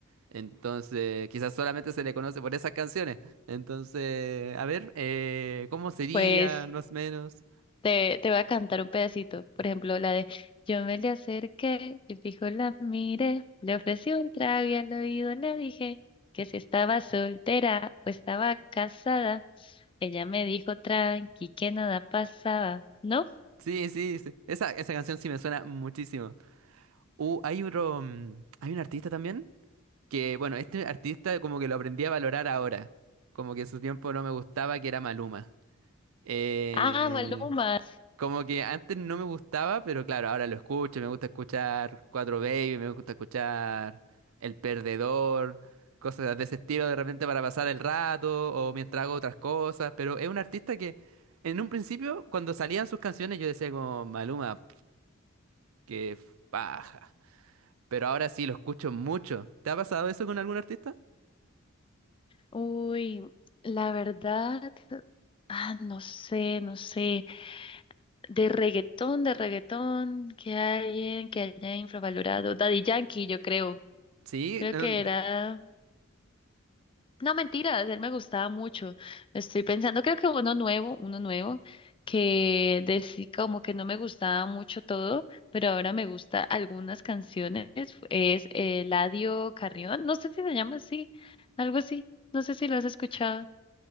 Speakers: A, on the right; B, on the left.
A: Entonces, quizás solamente se le conoce por esas canciones. Entonces, a ver, eh, ¿cómo sería
B: Pues
A: más o menos?
B: Te, te voy a cantar un pedacito, por ejemplo, la de Yo me le acerqué y fijo la miré, le ofrecí un trago y al oído le dije que si estaba soltera o estaba casada, ella me dijo tranqui que nada pasaba, ¿no?
A: Sí, sí, sí. Esa, esa canción sí me suena muchísimo. Uh, hay otro, mm, hay un artista también que, bueno, este artista como que lo aprendí a valorar ahora. Como que en su tiempo no me gustaba que era Maluma. Eh,
B: Ah, Maluma.
A: Como que antes no me gustaba, pero claro, ahora lo escucho, me gusta escuchar Cuatro Baby, me gusta escuchar El Perdedor, cosas de ese estilo de repente para pasar el rato o mientras hago otras cosas, pero es un artista que en un principio cuando salían sus canciones yo decía como Maluma, que paja, pero ahora sí lo escucho mucho. ¿Te ha pasado eso con algún artista?
B: Uy, la verdad, ah, no sé, no sé, de reggaetón, de reggaetón, que alguien que haya infravalorado, Daddy Yankee, yo creo,
A: Sí,
B: creo
A: no,
B: que era No, mentiras, él me gustaba mucho. Estoy pensando, creo que uno nuevo, uno nuevo, que decía como que no me gustaba mucho todo, pero ahora me gusta algunas canciones, es Eladio Carrión, no sé si se llama así, algo así, no sé si lo has escuchado.